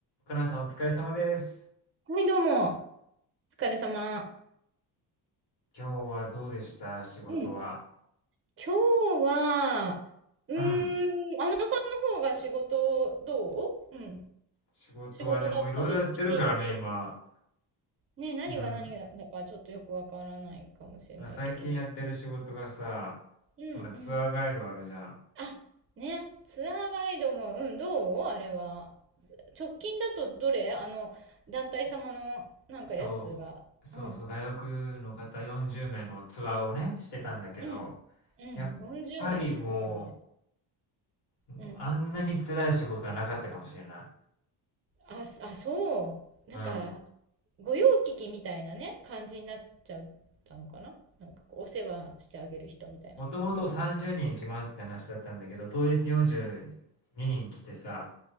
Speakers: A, on the left; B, on the right.
A: 若菜さんお疲れ様です。
B: はい、どうも。お疲れ様。
A: 今日はどうでした仕事は。
B: うん。今日は、うーん、
A: うん。
B: あのさんの方が仕事どううん。
A: 仕事はね、
B: 仕事だったり、
A: もういろいろやってるからね、
B: 一日。
A: 今。
B: ね、何が何だかちょっとよくわからないかもしれないけど。
A: うん。まあ、最近やってる仕事がさ、
B: うんうん。
A: まあ、ツアーガイドあるじゃん。
B: あ、ね、ツアーガイドも、うん、どうあれは。直近だとどれあの、団体様のなんかやつが。
A: そう。そうそう。
B: うん。
A: 外国の方40名のツアーをね、してたんだけど、
B: うん。うん。
A: やっぱりも
B: 40名ってすごいよね。
A: う、もうあんなに辛い仕事はなかったかもしれない。
B: うん。あ、すあ、そう。
A: うん。
B: なんか、御用聞きみたいなね、感じになっちゃったのかななんかこう、お世話してあげる人みたいな。
A: もともと30人来ますって話だったんだけど、当日42人来てさ、
B: うん。